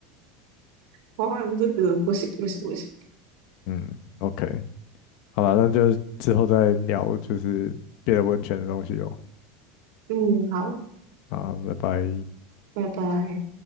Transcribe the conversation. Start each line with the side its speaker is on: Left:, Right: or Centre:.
Right: <laughs> 哇，这个不行不行不行。
Left: 嗯，OK，好吧，那就之后再聊，就是别的温泉的东西哦。
Right: 嗯，好。
Left: 啊，拜拜。
Right: 拜拜。